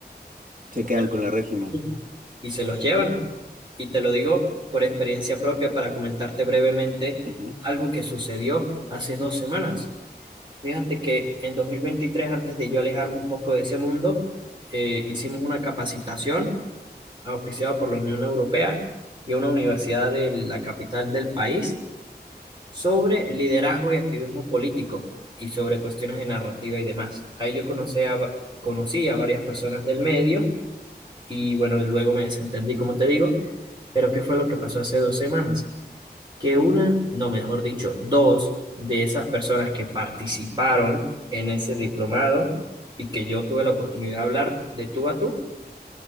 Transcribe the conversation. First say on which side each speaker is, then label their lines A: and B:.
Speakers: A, on the right; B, on the right.
A: Se
B: Operación
A: quedan con el régimen.
B: Zoom. Y se los llevan. Y te lo digo por experiencia propia para comentarte brevemente
A: Ujú.
B: algo que sucedió hace dos semanas. Fíjate que en 2023, antes de yo alejarme un poco de ese mundo, eh, hicimos una capacitación auspiciada por la Unión Europea y una universidad de la capital del país sobre liderazgo y activismo político y sobre cuestiones de narrativa y demás. Ahí yo conocí a, va- conocí a varias personas del medio y bueno, luego me desentendí, como te digo, pero ¿qué fue lo que pasó hace dos semanas? Que una, no, mejor dicho, dos de esas personas que participaron en ese diplomado y que yo tuve la oportunidad de hablar de tú a tú,